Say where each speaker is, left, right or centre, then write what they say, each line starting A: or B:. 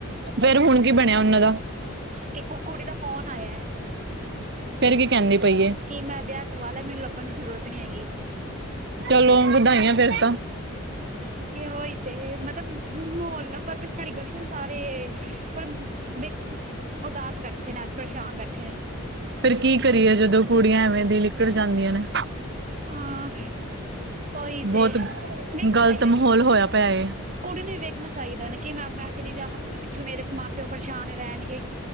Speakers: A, on the right (about 50°); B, on the right (about 35°).
A: ਫੇਰ ਹੁਣ ਕੀ ਬਣਿਆ ਉਨਾਂ ਦਾ?
B: ਕੀਕੋ ਕੁੜੀ ਦਾ ਫੋਨ ਆਇਆ ਏ।
A: ਫੇਰ ਕੀ ਕੈੰਦੀ ਪਈਏ?
B: ਕਿ ਮੈਂ ਵਿਆਹ ਕਰਵਾ ਲਿਐ, ਮੈਨੂੰ ਲੱਭਣ ਦੀ ਜ਼ਰੂਰਤ ਨੀ ਹੈਗੀ।
A: ਚਲੋ, ਵਧਾਈਆਂ ਫੇਰ ਤਾਂ।
B: ਕਿ ਔਈ ਤੇ, ਮਤਬ ਮੌਲ ਆਪਾਂ ਪਿਛੈਰੀ ਗਲੀ 'ਚ ਸਾਰੇ, ਪਰ ਬੇ ਔਦਾਸ ਬੈਠੇ ਨੇ, ਅੱਜ ਪਰਸ਼ਾਮ ਬੈਠੇ ਨੇ।
A: ਫੇਰ ਕੀ ਕਰੀਏ ਜਦੋਂ ਕੁੜੀਆਂ ਐਵੇਂ ਦੀ ਲਿਕੜ ਜਾਂਦੀਆਂ ਨੇ।
B: ਹਾਂ ਉਹੀ
A: ਬੌਤ,
B: ਤੇ ਵੇਖਣਾ
A: ਗ਼ਲਤ
B: ਚਾਹੀਦਾ
A: ਮਹੌਲ ਹੋਯਾ ਪੈ ਏ।
B: ਕੁੜੀ ਨੂੰ ਈ ਵੇਖਣਾ ਚਾਈਦਾ ਨਾ ਕਿ ਮੈਂ ਮੈਂ ਚਲੀ ਜਾਵਾਂਗੀ ਪਿੱਛੋਂ ਮੇਰੇ ਮਾਂ-ਪਿਓ ਪਰਸ਼ਾਨ ਰੈਣਗੇ।